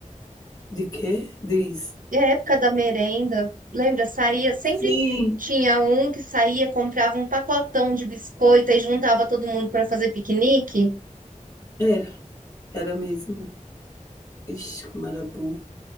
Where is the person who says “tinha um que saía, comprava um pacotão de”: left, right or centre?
Right